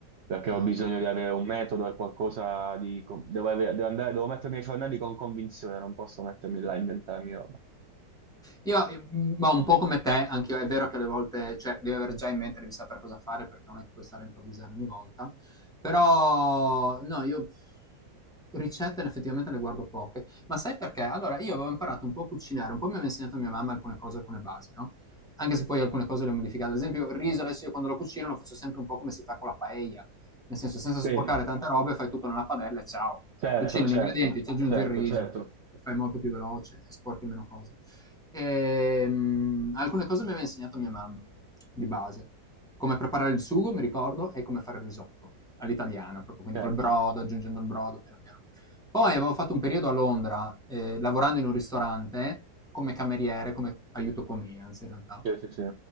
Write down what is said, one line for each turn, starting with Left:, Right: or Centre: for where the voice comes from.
Right: perché ho
Centre: ah,
Right: bisogno
Centre: eh,
Right: di avere un metodo e qualcosa di... co- Devo, avere- devo andare, devo mettermi ai fornelli con convinzione, non posso mettermi là
Centre: ok.
Right: a inventarmi roba.
Centre: Io, ma un po' come te, anche io, è vero che alle volte, cioè, devi avere già in mente, devi sapere cosa fare perché non è che puoi stare a improvvisare ogni volta. Però, no, io ricette effettivamente ne guardo poche. Ma sai perché? Allora, io avevo imparato un po' a cucinare, un po' mi aveva insegnato mia mamma alcune cose, alcune basi, no? Anche se poi alcune cose le ho modificate. Ad esempio, il riso adesso io quando lo cucino lo faccio sempre un po' come si fa con la paella. Nel senso, senza sporcare
Right: Sì,
Centre: tante robe, fai tutto nella padella e ciao.
Right: certo,
Centre: Cucini
Right: certo,
Centre: gli ingredienti, ci aggiungi
Right: certo,
Centre: il riso
Right: certo,
Centre: e fai molto più veloce e sporchi meno cose. E, mh, alcune cose mi aveva insegnato mia mamma, di base. Come preparare il sugo, mi ricordo, e come fare il risotto, all'italiana, proprio, quindi
Right: certo.
Centre: col brodo, aggiungendo il brodo, piano piano. Poi avevo fatto un periodo a Londra, eh, lavorando in un ristorante, come cameriere, come aiuto comia, anzi in realtà.
Right: Sì, sì, sì.